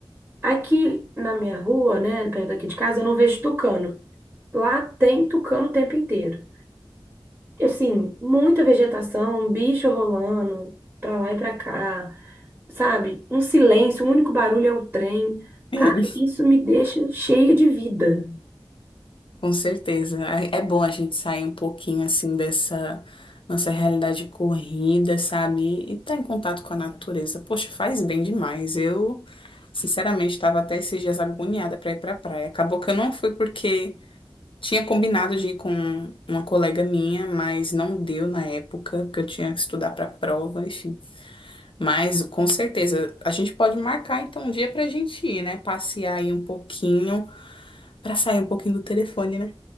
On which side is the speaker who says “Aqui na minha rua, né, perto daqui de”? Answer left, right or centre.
Right